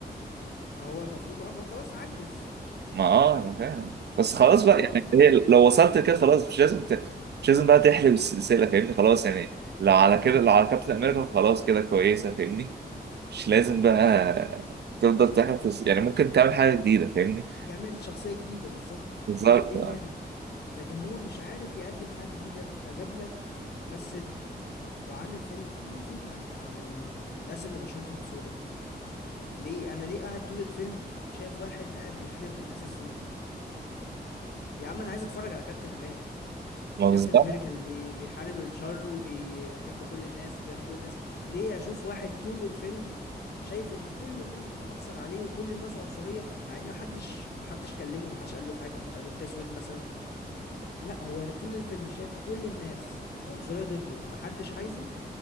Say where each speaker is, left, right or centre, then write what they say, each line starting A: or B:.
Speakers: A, on the left (about 85°); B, on the right (about 85°).
A: ما هو المفروض بقى هو خلاص عجز
B: ما اه انا فاهم بس خلاص بقى
A: فهو
B: يعني
A: خ...
B: هي لو وصلت كده خلاص مش لازم ت... مش لازم بقى تحلب السلسلة فاهمني خلاص يعني لو على كده لو على كابتن امريكا خلاص كده كويسة فاهمني مش لازم بقى تفضل تحلب في الس- يعني ممكن تعمل حاجة جديدة فاهمني
A: يعمل شخصيه جديده بالظبط
B: بالظبط
A: ايه الم- إيه المانع لكن هو مش عارف يقدم حاجه جديده فجاب لك ممثل وعامل فيلم عامل فيلم عن عن الناس اللي بشرتهم سودة ليه انا ليه قاعد طول الفيلم شايف واحد قاعد بيحارب للناس السود يا عم انا عايز اتفرج على كابتن امريكا
B: ما
A: كابتن
B: بالظبط
A: امريكا اللي بي بيحارب الشر وبيحب كل الناس وبيعمل كل الناس ليه اشوف واحد طول الفيلم شايف ان كل الناس بتعنصر عليه وكل الناس عنصرية مع ان محدش محدش كلمه محدش قال له حاجة محدش قال له انت اسود مثلا لا هو طول الفيلم شايف كل الناس عنصرية ضده ومحدش عايزه